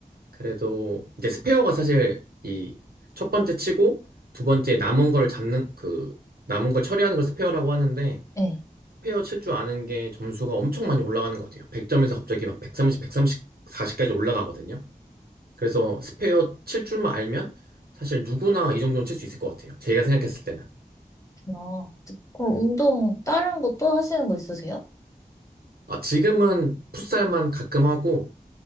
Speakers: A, on the right (about 85°); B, on the left (about 20°).
A: 그래도 이제 스페어가 사실 이 첫 번째 치고 두 번째 남은 거를 잡는 그 남은 걸 처리하는 걸 스페어라고 하는데
B: 예.
A: 스페어 칠 줄 아는 게 점수가 엄청 많이 올라가는 것 같아요. 100점에서 갑자기 막 130, 1 3 40까지 올라가거든요. 그래서 스페어 칠 줄만 알면 사실 누구나 이 정도는 칠 수 있을 것 같아요. 제가 생각했을 때는.
B: 어, 그럼
A: 음.
B: 운동, 다른 거 또 하시는 거 있으세요?
A: 아, 지금은 풋살만 가끔 하고